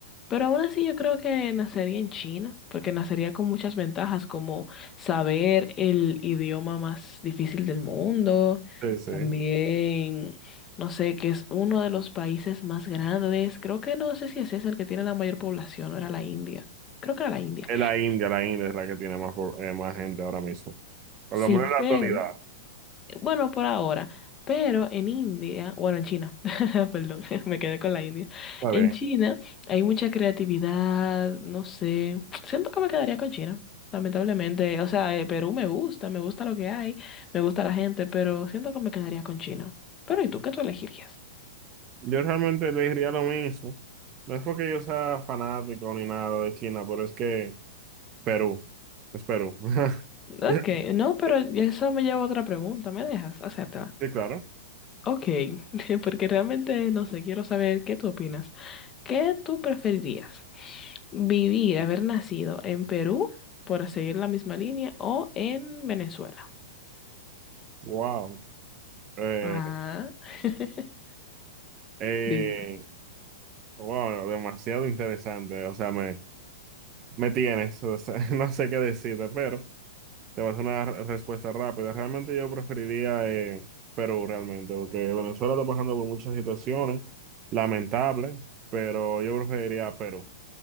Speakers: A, on the left; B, on the right.
A: Pero aún así yo creo que nacería en China, porque nacería con muchas ventajas como saber el idioma más difícil del mundo,
B: Sí, sí.
A: también, no sé, que es uno de los países más grandes. Creo que no sé si ese es el que tiene la mayor población, o era la India. Creo que era la India.
B: Es la India, la India es la que tiene más, po- eh, más gente ahora mismo. Por
A: Sí,
B: lo menos
A: pero,
B: en la actualidad.
A: bueno, por ahora, pero en India, bueno, en China, <laughs> perdón, <laughs> me quedé con la India.
B: ¿sabes?
A: En China hay mucha creatividad, no sé, siento que me quedaría con China, lamentablemente. O sea, eh, Perú me gusta, me gusta lo que hay, me gusta la gente, pero siento que me quedaría con China. Pero ¿y tú qué tú elegirías?
B: Yo realmente le diría lo mismo. No es porque yo sea fanático ni nada de China, pero es que Perú, es Perú. <laughs>
A: Ok,
B: Ya,
A: no, pero
B: ya,
A: eso me lleva a otra pregunta, ¿me dejas? Hacértela.
B: Sí, claro.
A: Ok, <laughs> porque realmente, no sé, quiero saber qué tú opinas. ¿Qué tú preferirías? Vivir, haber nacido en Perú, por seguir la misma línea, o en Venezuela.
B: Wow. Eh,
A: Ah. <laughs>
B: eh,
A: Dime.
B: wow, demasiado interesante. O sea, me, me tienes. O sea, <laughs> no sé qué decirte, pero te vas a hacer una re- respuesta rápida. Realmente yo preferiría eh, Perú, realmente, porque Venezuela está pasando por muchas situaciones lamentables, pero yo preferiría Perú,